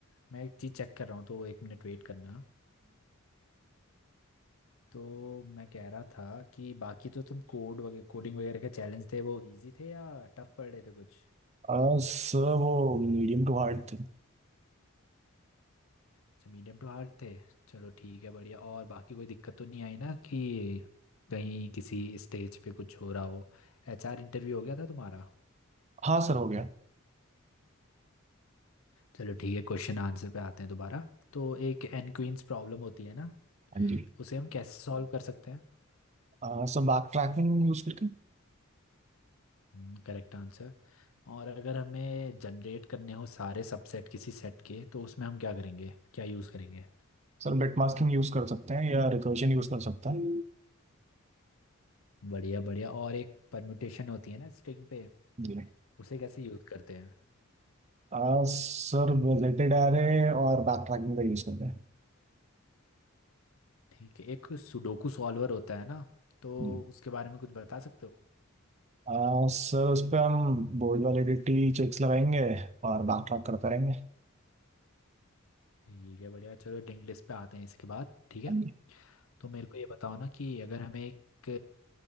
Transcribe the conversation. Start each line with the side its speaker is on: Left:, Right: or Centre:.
Left: मैं एक चीज़ चेक कर रहा हूँ तो एक मिनट वेट करना तो मैं कह रहा था कि बाकी जो तुम कोड वगैरह कोडिंग वगैरह के चैलेंज थे वो इजी थे या टफ पड़ रहे थे कुछ
Right: अह, सर वो मीडियम टू हार्ड थे
Left: अच्छा मीडियम टू हार्ड थे चलो ठीक है बढ़िया और बाकी कोई दिक्कत तो नहीं आई ना कि कहीं किसी स्टेज पे कुछ हो रहा हो एचआर इंटरव्यू हो गया था तुम्हारा
Right: हाँ सर हो गया
Left: चलो ठीक है क्वेश्चन आंसर पे आते हैं दोबारा तो एक एनक्वींस प्रॉब्लम होती है ना
Right: हाँ जी
Left: उसे हम कैसे सॉल्व कर सकते
Right: अह, सर बैक ट्रैकिंग यूज करके
Left: हैं Correct answer और अगर हमें जनरेट करने हो सारे सबसेट किसी सेट के तो उसमें हम क्या करेंगे क्या यूज़ करेंगे
Right: सर बिट मास्किंग यूज कर सकते हैं या रिकर्जन यूज कर सकते हैं
Left: बढ़िया बढ़िया और एक परम्यूटेशन होती है ना स्ट्रिंग पे
Right: जी
Left: उसे कैसे यूज करते हैं
Right: आ, सर बुलेटेड एरे और बैक ट्रैकिंग का यूज करते हैं
Left: ठीक है एक सुडोकू सॉल्वर होता है ना तो
Right: जी
Left: उसके बारे में कुछ बता सकते हो
Right: आ, सर उस पर हम बोर्ड वैलिडिटी चेक्स लगाएंगे और बैक ट्रैक करते रहेंगे
Left: ठीक है बढ़िया चलो लिंक लिस्ट पे आते हैं इसके बाद ठीक है
Right: हाँ जी
Left: तो मेरे को ये बताओ ना कि अगर हमें एक